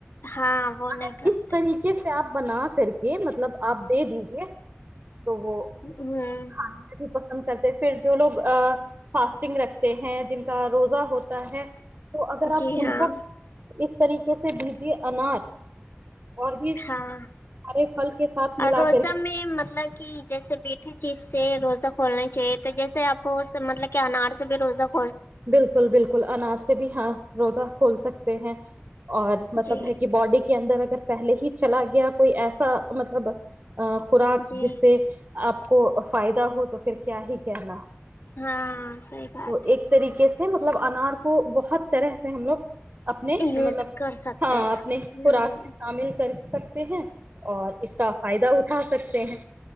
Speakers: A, on the left; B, on the right.
A: ہاں وہ نہیں
B: اگر
A: کرتے
B: اس طریقے سے آپ بنا نہ کر کے یہ مطلب آپ دے دیجے تو وہ
A: ہ
B: کھانا بھی پسند کرتے پھر جو لوگ فاسٹنگ رکھتے ہیں جن کا روزہ ہوتا ہے تو اگر آپ
A: جی
B: ان
A: ہاں
B: کو اس طریقے سے دیجیے انار اور بھی
A: ہاں
B: سارے پھل کے ساتھ
A: اور
B: ملا
A: روزہ
B: کر
A: میں مطلب کہ جیسے بیٹے چیز سے روزہ کھولنا تو جیسے آپ مطلب کہ انار سے بھی روزہ کو
B: بالکل بالکل انار سے بھی ہاں روزہ کھول سکتے ہیں اور مطلب
A: جی
B: ہے کہ باڈی کے اندر اگر پہل ہی چلا گیا کوئی ایسا مطلب خوراک
A: جی
B: جس سے آپ کو فائدہ ہو تو پھر کیا ہی کہنا
A: ہاں سی بات
B: تو
A: ہے
B: ایک طریقے سے مطلب انار کو بہت طرح سے ہم لوگ اپنے
A: یوز
B: مطلب
A: کر سکتے
B: ہاں
A: ہیں
B: اپنے
A: ہ
B: خوراک میں شامل کر سکتے ہیں اور اس کا فائدہ اٹھا سکتے ہیں